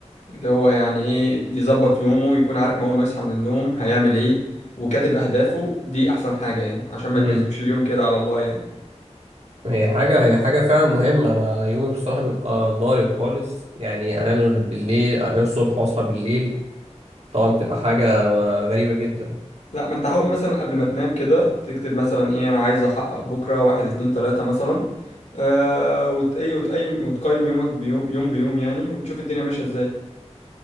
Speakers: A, on the left; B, on the right.
A: اللي هو يعني ايه يظبط يومه يكون عارف ما اول ما يصحى من النوم هيعمل ايه وكاتب اهدافه دي احسن حاجة يعني عشان ما
B: امم
A: ما يسيبش اليوم كده على الله يعني
B: هي حاجة هي حاجة فعلا مهمة أنا يومي بصراحة بيبقى ضارب خالص يعني أنام بالليل أنام الصبح وأصحى بالليل طبعا بتبقى حاجة غريبة جدا
A: لا ما انت حاول مثلا قبل ما تنام كده تكتب مثلا ايه انا عايز احقق بكره واحد اتنين تلاته مثلا آه وت ايه وتقيم وتقيم يومك بيوم يوم بيوم يعني وتشوف الدنيا ماشيه ازاي